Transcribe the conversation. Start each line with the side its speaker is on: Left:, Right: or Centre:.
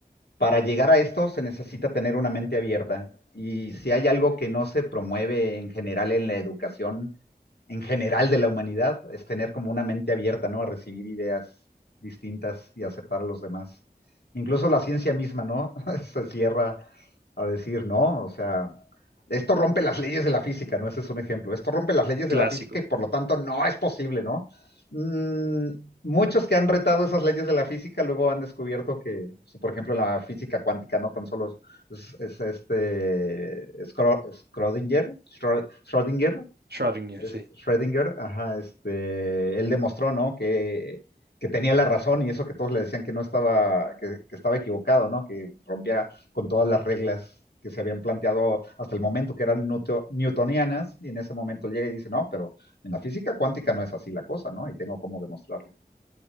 Left: para llegar a esto se necesita tener una mente abierta. Y si hay algo que no se promueve en general en la educación, en general de la humanidad, es tener como una mente abierta, ¿no? A recibir ideas distintas y aceptar a los demás. Incluso la ciencia misma, ¿no? <laughs> Se cierra a decir, no, o sea, esto rompe las leyes de la física, ¿no? Ese es un ejemplo. Esto rompe las leyes
Right: Clásico,
Left: de la física y por lo tanto no es posible, ¿no? Mm, muchos que han retado esas leyes de la física luego han descubierto que, pues, por ejemplo, en la física cuántica no tan solo es, es este Schrödinger, Schrödinger,
Right: Schrödinger,
Left: es
Right: sí.
Left: Schrödinger, ajá, este, él demostró, ¿no? Que, que tenía la razón y eso que todos le decían que no estaba, que, que estaba equivocado, ¿no? Que rompía con todas las reglas que se habían planteado hasta el momento, que eran newto- newtonianas, y en ese momento llega y dice, no, pero en la física cuántica no es así la cosa, ¿no? Y tengo cómo demostrarlo.